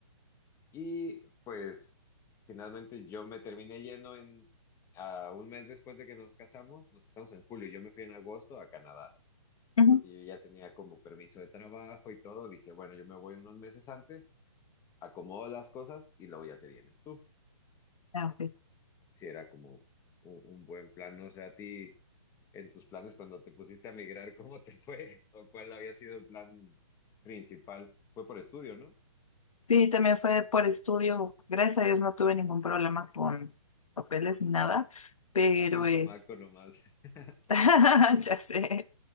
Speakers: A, on the left; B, on the left.
A: Y pues finalmente yo me terminé yendo en, a un mes después de que nos casamos, nos casamos en julio, yo me fui en agosto a Canadá,
B: ujú.
A: porque yo ya tenía como permiso de trabajo y todo, dije, bueno, yo me voy unos meses antes, acomodo las cosas y luego ya te vienes tú.
B: Ah, ok.
A: Si era como un, un buen plan, no sé a ti. en tus planes cuando te pusiste a migrar, <laughs> ¿cómo te fue? ¿O cuál había sido el plan principal? Fue por estudio, ¿no?
B: Sí, también fue por estudio. Gracias a Dios no tuve ningún problema con papeles ni nada, pero
A: Te trajo un chamaco
B: es,
A: nomás. <laughs>
B: <laughs> ya sé.